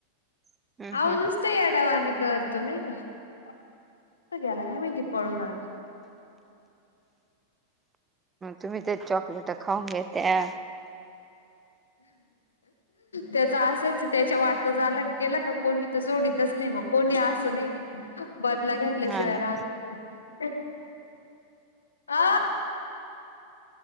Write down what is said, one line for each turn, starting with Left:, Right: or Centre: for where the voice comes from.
Right: हम्म
Left: आहो
Right: हम्म
Left: नुस्त येडवाणी करतो नाही का, कुठे गेला काय माहिती. पळून आलं.
Right: तुम्ही ते चॉकलेट खाऊन घ्येत्या.
Left: त्याच असच त्याच्या वाटत झालं गेलं का कोणी तर सोडीतच नाही मग, कोणी असं नाही. बदला घेतल्याशिवाय
Right: हा ना
Left: राहत नाही अ